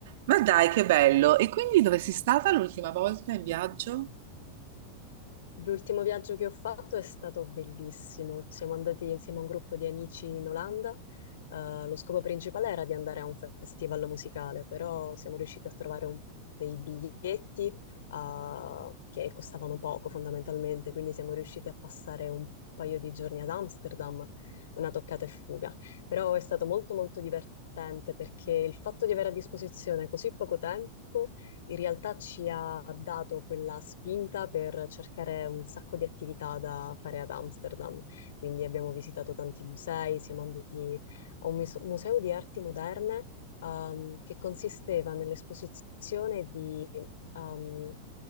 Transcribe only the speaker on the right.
Ma dai, che bello! E quindi dove sei stata l'ultima volta in viaggio?